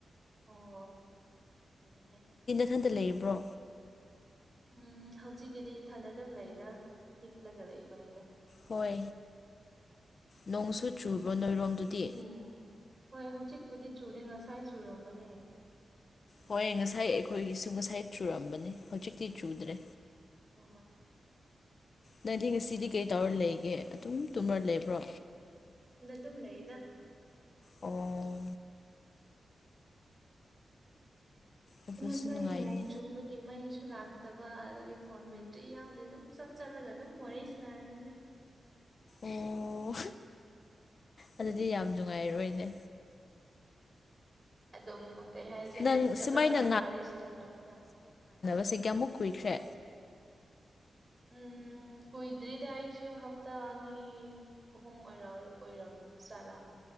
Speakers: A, on the right; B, on the left.
A: ꯑꯣ ꯍꯅꯦ
B: ꯏꯊꯟꯗ ꯂꯩꯔꯤꯕ꯭ꯔꯣ
A: ꯎꯝ ꯍꯧꯖꯤꯛꯀꯤꯗꯤ ꯏꯊꯟꯗ ꯑꯗꯨꯝ ꯂꯩꯗ ꯍꯤꯞꯂꯒ ꯂꯩꯕ ꯑꯩꯗꯣ
B: ꯍꯣꯏ ꯅꯣꯡꯁꯨ ꯆꯨꯕ꯭ꯔꯣ
A: ꯎꯝ
B: ꯅꯣꯏꯔꯣꯝꯗꯨꯗꯤ
A: ꯎꯝ ꯍꯣꯏ ꯍꯧꯖꯤꯛꯄꯨꯗꯤ ꯆꯨꯗꯦ ꯉꯁꯥꯏ ꯆꯨꯔꯝꯕꯅꯦ
B: ꯍꯣꯏ ꯉꯁꯥꯏ ꯑꯩꯈꯣꯏꯒꯤꯁꯨ ꯉꯁꯥꯏ ꯆꯨꯔꯝꯕꯅꯦ ꯍꯧꯖꯤꯛꯇꯤ ꯆꯨꯗ꯭ꯔꯦ
A: ꯑꯣ ꯍꯣ
B: ꯅꯪꯗꯤ ꯉꯁꯤꯗꯤ ꯀꯩ ꯇꯧꯔ ꯂꯩꯒꯦ ꯑꯗꯨꯝ ꯇꯨꯝꯃ ꯂꯩꯕ꯭ꯔꯣ
A: ꯑꯗꯨ ꯑꯗꯨꯝ ꯂꯩꯗ
B: ꯎꯝ ꯑꯗꯨꯁꯨ
A: ꯉꯁꯥꯏ
B: ꯅꯨꯡꯉꯥꯏꯅꯤ
A: ꯅꯣꯡ ꯆꯨꯕꯒꯤ ꯃꯩꯁꯨ ꯂꯥꯛꯇ ꯐꯠꯇꯕ ꯑꯗꯨꯒꯤ ꯐꯣꯟ ꯕꯦꯇ꯭ꯔꯤ ꯌꯥꯎꯗꯦ ꯑꯗꯨꯝ ꯆꯞ ꯆꯞꯂꯒ ꯑꯗꯨꯝ ꯃꯣꯔꯦ ꯁꯤꯟꯅꯔꯅꯤ
B: ꯑꯣ ꯑꯗꯨꯗꯤ ꯌꯥꯝ ꯅꯨꯡꯉꯥꯏꯔꯣꯏꯅꯦ
A: ꯑꯗꯨꯝ ꯀꯩ ꯍꯥꯏꯁꯦ ꯑꯗꯨꯝ
B: ꯅꯪ
A: ꯆꯠꯂꯒ
B: ꯁꯨꯃꯥꯏꯅ
A: ꯑꯗꯨꯝ ꯋꯥꯔꯤ ꯁꯅꯈ꯭ꯔꯕꯅꯤꯅ
B: ꯃꯁꯤꯌꯥꯨꯛ ꯀꯨꯏꯈ꯭ꯔꯦ
A: ꯎꯝ ꯀꯨꯏꯗꯔꯤꯗꯏꯁ ꯍꯥꯞꯇ ꯑꯅꯤ ꯍ ꯑꯣꯔ ꯑꯣꯏꯔꯝ ꯆꯂꯥ